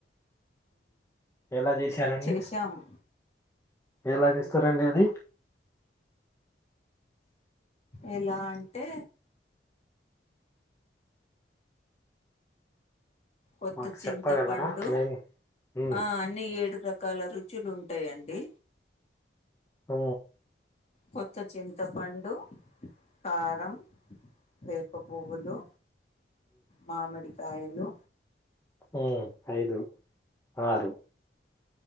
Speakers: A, on the left (about 15°); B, on the left (about 35°).
A: ఎలా చేశారండి
B: చేసాము
A: ఎలా చేస్తారండి అది.
B: ఎలా అంటే కొత్త
A: మాకు
B: చింతపండు
A: చెప్పగలరా మేము ఉమ్
B: ఆ అన్ని ఏడు రకాల రుచ <unintelligible> ఉంటాయంండి
A: అ
B: కొత్త చింతపండు కారం వేప పువ్వులు మామిడి కాయలు
A: హ ఐదు ఆరు